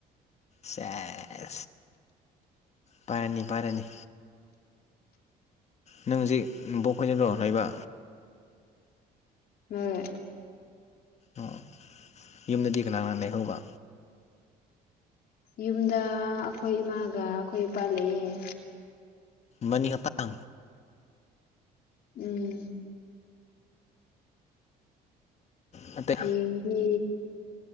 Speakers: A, on the left (about 40°); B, on the left (about 60°).
A: ꯁꯦꯁ ꯄꯥꯏꯔꯅꯤ ꯄꯥꯏꯔꯅꯤ ꯅꯪ ꯍꯧꯖꯤꯛ ꯕꯨꯕꯣꯛꯈꯣꯏꯗꯣꯔꯣ ꯂꯩꯕ
B: ꯍꯣꯏ
A: ꯑꯣ ꯌꯨꯝꯗꯗꯤ ꯀꯅꯥ ꯀꯅꯥ ꯂꯩꯍꯧꯕ
B: ꯌꯨꯝꯗ ꯑꯩꯈꯣꯏ ꯏꯃꯥꯒ ꯑꯩꯈꯣꯏ ꯏꯄꯥ ꯂꯩꯑꯦ
A: ꯃꯅꯤ ꯑ ꯄꯠꯂ
B: ꯎꯝ
A: ꯅꯠꯇꯦ
B: ꯍꯌꯦꯡꯗꯤ